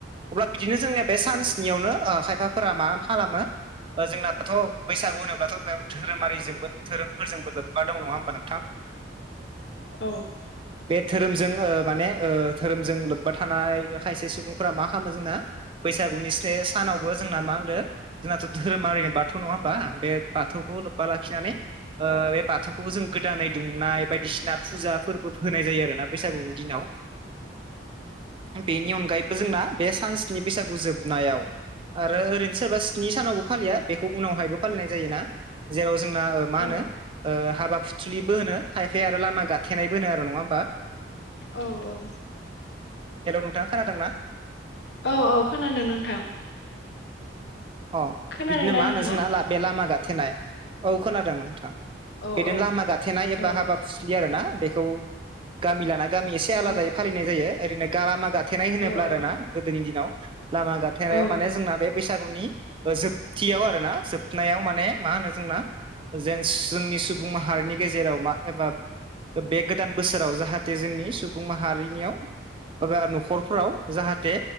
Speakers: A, on the right (about 30°); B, on the left (about 65°).
A: अब्ला बिदिनो जोंनिया बे सानस्नियावनो
B: औ
A: ओ खायफाफोरा मा खालामो? जोंनाथ' बैसागु होनोब्लाथ' बेयाव धोरोमारिजोंबो धोरोमफोरजोंबो लोब बा मा दङ ना होमबा नोंथां?
B: औ
A: बे धोरोमजों ओ माने धोरोमजों लोब्बा थानाय खायसे सुबुंफोरा मा खालामो जोंना बैसागुनि स सानावबो जोंना मा होनदों जोंनाथ' धोरोमाओरैनि बाथौ नङा होमबा बे बाथौखौ लोब्बा लाखिनानै आ बे बाथौ बाथौखौबो जों गोदानै दुंनाय बायदिसिना फुजा फोरबो होनाय जायो आरोना बैसागुनि दिनाव।
B: <inaudible>
A: बेनि अनगायैबो जोंना बे सानस्नि बैसागु जोबनायाव आरो ओरैनो सोरबा स्नि सानावबो फालिया बेखौ उनावहायबो फालिनाय जायोना। जेराव जोंना मा
B: औ
A: होनो? ओ हाबा फुथुलिबो होनो खायफाया आरो लामा गाथेनायबो होनो आरो नङा होमबा?
B: औ औ
A: हेलौ नोंथां खोनादोंना?
B: औ औ खोनादों नोंथां।
A: अ
B: खोनादोंना
A: बिदिनो मा
B: नोंथाङा
A: होनो जोंना बे लामा गाथेनाय औ खोनादों नोंथां।
B: औ
A: बिदिनो
B: औ
A: लामा गाथेनाय एबा
B: औ
A: हाबा फुस्लि आरोना बेखौ गामि लाना गामि एसे आलादायै
B: औ
A: फालिनाय जायो ओरैनो गारा मागा थेनाय होनोब्ला
B: औ
A: आरोना
B: औ
A: गोदोनि दिनाव लामा गाथेनायाव
B: औ
A: माने जोंना बे बैसागुनि ओ जोबथियाव आरोना जोबनायाव माने मा होनो जोंना जेन जोंनि सुबुं माहारिनि गेजेराव मा एबा बे गोदान बोसोराव जाहाथे जोंनि सुबुं माहारिनियाव एबा न'खरफोराव जाहाथे